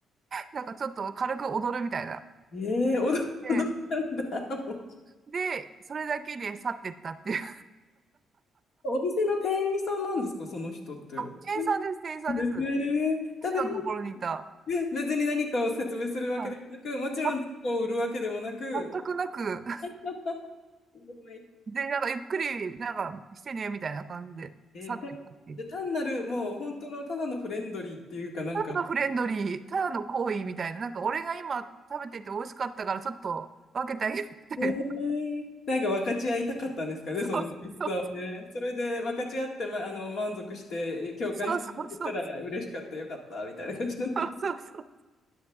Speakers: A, on the right; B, on the left.
A: なんかちょっと軽く踊るみたいな。
B: えー、驚驚いたんだ。
A: で、
B: もう
A: で、それだけで去ってったっていう。
B: お店の店員さんなんですか、その人って。え
A: あ、店員さんです、店員さんです。
B: ー、
A: 私のところにいた。
B: だけど、<laughs> ね別に何かを説明するわけでもなく、
A: はい。
B: もちろん、
A: あ、
B: こう売るわけでもなく、
A: 全くなく、<laughs>
B: <laughs> すごい
A: で、なんかゆっくり、なんかしてね、みたいな感じで、
B: えーた、
A: 去っていったっていう。
B: で単なる、もう本当のただのフレンドリーっていうかなんか、
A: ただのフレンドリー、ただの好意みたいな、なんか俺が今食べてて美味しかったからちょっと分けてあげようみたいな。
B: えーなんか分かち合いたかったんですかね、
A: そうそうそう。
B: その美味しさをね。それで分かち合って、ま、あの、満足して、共感してくれたら嬉しかった、
A: そうそうそう。
B: よかった、みたいな感じなんだろ
A: そうそうそう。